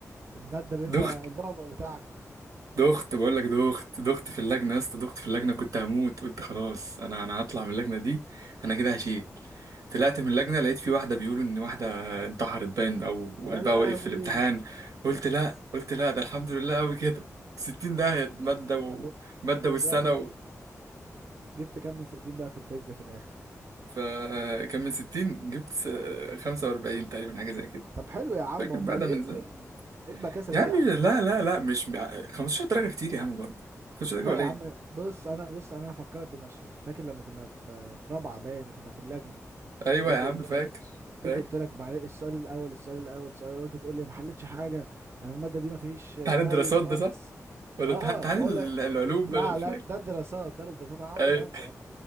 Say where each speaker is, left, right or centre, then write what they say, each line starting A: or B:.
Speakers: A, on the right (about 45°); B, on the right (about 80°).
A: المادة اللي انت
B: دخت
A: البعبع بتاعك
B: دخت بقول لك دخت دخت في اللجنه يا اسطى دخت في اللجنه كنت هموت قلت خلاص انا انا هطلع من اللجنه دي انا كده هشيل طلعت من اللجنة لقيت في واحدة بيقولوا إن واحدة انتحرت باين أو وقلبها
A: يا لهوي
B: وقف في الامتحان قلت لا قلت لا ده الحمد لله أوي كده ستين داهية مادة
A: طب و-
B: ومادة
A: طب
B: والسنة
A: وفي الاخر ج-
B: و...
A: جبت كام من 60 بقى في الفيزياء في الاخر
B: فكان من ستين جبت س- خمسة وأربعين تقريبا حاجة زي كده
A: طب حلو يا عم
B: فاكر
A: امال
B: بقى ده
A: ايه
B: من
A: ال-
B: زمان
A: ايه البكاسة
B: يا
A: دي
B: عم
A: يا عم
B: لا لا لا مش خمستاشر درجة كتير يا عم برضه خمستاشر
A: لا
B: درجة قليل
A: يا عم بص انا بص انا هفكرك بمشهد فاكر لما كنا في في رابعة باين وكنا في اللجنة
B: أيوة
A: وجيت
B: يا عم
A: قلت
B: فاكر
A: لك وجيت
B: فاكر
A: قلت لك معلش السؤال الاول السؤال الاول السؤال الاول انت تقول لي ما حلتش حاجة انا المادة دي ما فيش
B: امتحان
A: بايظ
B: الدراسات
A: خالص
B: ده صح؟ ولا
A: اه
B: امتحان امتحان
A: واقول
B: ال-
A: لك
B: العلوم
A: لا
B: ده أنا مش
A: لا
B: فاكر
A: ده الدراسات ده الدراسات انا عمري
B: أيوة
A: ما هنسى